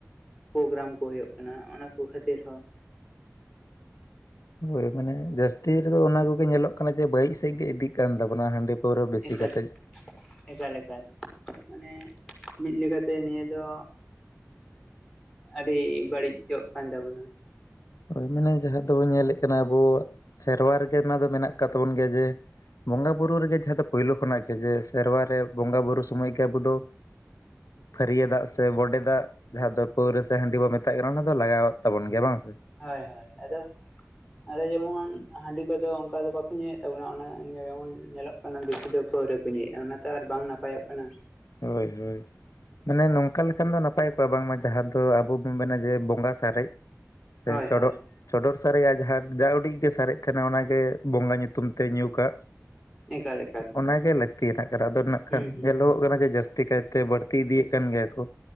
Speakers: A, in the centre; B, on the left.
A: ᱯᱨᱳᱜᱨᱟᱢ ᱠᱚ ᱦᱩᱭᱩᱜ ᱠᱟᱱᱟ ᱚᱱᱟᱠᱚ ᱠᱷᱟᱹᱛᱤᱨ ᱦᱚᱸ
B: ᱦᱳᱭ ᱢᱟᱱᱮ ᱡᱟᱹᱥᱛᱤ ᱨᱮᱫᱚ ᱚᱱᱟ ᱠᱚᱜᱮ ᱧᱮᱞᱚᱜ ᱠᱟᱱᱟ ᱡᱮ ᱵᱟᱹᱲᱤᱡ ᱥᱮᱫ ᱜᱮ ᱤᱫᱤᱜ ᱠᱟᱱ ᱛᱟᱵᱚᱱᱟ ᱦᱟᱺᱰᱤ ᱯᱟᱹᱣᱨᱟᱹ ᱵᱤᱥᱤ
A: ᱮᱠᱟᱞ
B: ᱠᱟᱛᱮᱫ᱾
A: ᱮᱠᱟᱞ ᱮᱠᱟᱞ ᱢᱟᱱᱮ ᱢᱤᱫ ᱞᱮᱠᱟᱛᱮ ᱱᱤᱭᱟᱹ ᱫᱚ ᱟᱹᱰᱤ ᱵᱟᱹᱲᱤᱡᱚᱜ ᱠᱟᱱ ᱛᱟᱵᱚᱱᱟ᱾
B: ᱦᱳᱭ ᱢᱟᱱᱮ ᱡᱟᱦᱟᱸ ᱫᱚ ᱵᱚᱱ ᱧᱮᱞ ᱮᱫ ᱠᱟᱱᱟ ᱟᱵᱚ ᱥᱮᱨᱣᱟ ᱨᱮᱜᱮ ᱚᱱᱟ ᱫᱚ ᱢᱮᱱᱟᱜ ᱟᱠᱟᱫ ᱛᱟᱵᱚᱱ ᱜᱮᱭᱟ ᱡᱮ ᱵᱚᱸᱜᱟ ᱵᱩᱨᱩ ᱨᱮᱜᱮ ᱡᱟᱦᱟᱸ ᱫᱚ ᱯᱳᱭᱞᱳ ᱠᱷᱚᱱᱟᱜ ᱜᱮ ᱡᱮ ᱥᱮᱨᱣᱟ ᱨᱮ ᱵᱚᱸᱜᱟ ᱵᱩᱨᱩ ᱥᱚᱢᱚᱭ ᱜᱮ ᱟᱵᱚ ᱫᱚ ᱯᱷᱟᱹᱨᱭᱟᱹ ᱫᱟᱜ ᱥᱮ ᱵᱚᱰᱮ ᱫᱟᱜ? ᱡᱟᱦᱟᱸ ᱫᱚ ᱯᱟᱹᱣᱨᱟᱹ ᱥᱮ ᱦᱟᱺᱰᱤ ᱵᱚᱱ ᱢᱮᱛᱟᱜ ᱠᱟᱱᱟ ᱚᱱᱟ ᱫᱚ ᱞᱟᱜᱟᱣᱟᱜ ᱛᱟᱵᱚᱱ ᱜᱮᱭᱟ ᱵᱟᱝ ᱥᱮ?
A: ᱦᱳᱭ ᱦᱳᱭ, ᱟᱫᱚ ᱟᱫᱚ ᱡᱮᱢᱚᱱ ᱦᱟᱺᱰᱤ ᱠᱚᱫᱚ ᱚᱱᱠᱟ ᱫᱚ ᱵᱟᱠᱚ ᱧᱩᱭᱮᱫ ᱛᱟᱵᱚᱱᱟ ᱚᱱᱟ ᱡᱮᱢᱚᱱ ᱧᱮᱞᱚᱜ ᱠᱟᱱᱟ ᱥᱟᱱᱟᱢ ᱵᱮᱥᱤ ᱫᱚ ᱯᱟᱹᱣᱨᱟᱹ ᱠᱚ ᱧᱩᱭᱮᱫᱼᱟ ᱚᱱᱟᱛᱮ ᱟᱨ ᱵᱟᱝ ᱱᱟᱯᱟᱭᱚᱜ ᱠᱟᱱᱟ᱾
B: ᱦᱳᱭ ᱦᱳᱭ, ᱢᱟᱱᱮ ᱱᱚᱝᱠᱟ ᱞᱮᱠᱷᱟᱱ ᱫᱚ ᱱᱟᱯᱟᱭ ᱠᱚᱜᱼᱟ ᱵᱟᱝᱢᱟ ᱡᱟᱦᱟᱸ ᱫᱚ ᱟᱵᱚ ᱵᱚᱱ ᱢᱮᱱᱟ ᱡᱮ ᱵᱚᱸᱜᱟ ᱥᱟᱨᱮᱡ ᱥᱮ
A: ᱦᱳᱭ
B: ᱪᱚᱰᱚᱨ
A: ᱦᱳᱭ
B: ᱪᱚᱰᱚᱨ ᱥᱟᱨᱮᱡᱭᱟᱜ ᱡᱟᱦᱟᱸ ᱡᱟ ᱩᱰᱤᱡ ᱜᱮ ᱥᱟᱨᱮᱡ ᱛᱟᱦᱮᱱᱟ ᱚᱱᱟᱜᱮ ᱵᱚᱸᱜᱟ ᱧᱩᱛᱩᱢ ᱛᱮ ᱧᱩ ᱠᱟᱜ᱾
A: ᱮᱠᱟᱞ ᱮᱠᱟᱞ
B: ᱚᱱᱟᱜᱮ ᱞᱟᱹᱠᱛᱤᱭᱟᱱᱟᱜ ᱠᱟᱱᱟ, ᱟᱫᱚ ᱱᱟᱜ ᱠᱷᱟᱱ
A: ᱦᱩᱸ ᱦᱩᱸ
B: ᱧᱮᱞᱚᱜᱚᱜ ᱠᱟᱱᱟ ᱾ ᱡᱟᱹᱥᱛᱤ ᱠᱟᱭᱛᱮ ᱵᱟᱹᱲᱛᱤ ᱤᱫᱤᱭᱮᱫ ᱠᱟᱱ ᱜᱮᱭᱟ ᱠᱚ᱾